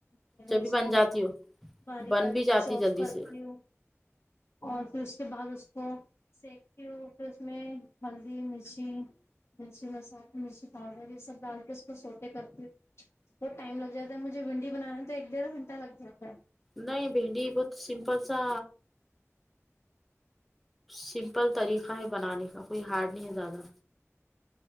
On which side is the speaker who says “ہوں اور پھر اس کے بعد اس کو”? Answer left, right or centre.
Left